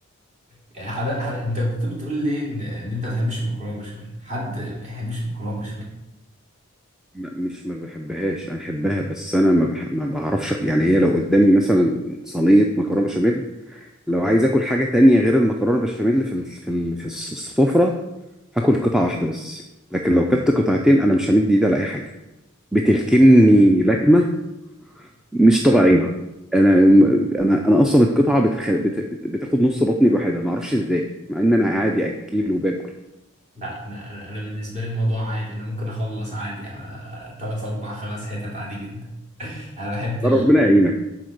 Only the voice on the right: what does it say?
يعني حد... حد... أنت كنت بتقول لي إن إن أنت ما بتحبش المكرونة بشاميل حد ما يحبش المكرونة
بشاميل
لا انا انا أنا بالنسبه لي الموضوع عادي انا ممكن اخلص عادي على 3 4 5 حتت عادي جدا انا بحب